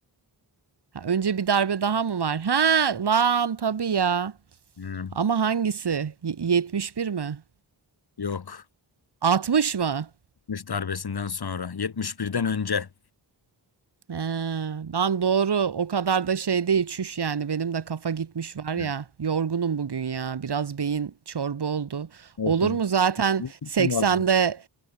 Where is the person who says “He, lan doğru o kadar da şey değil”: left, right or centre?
Right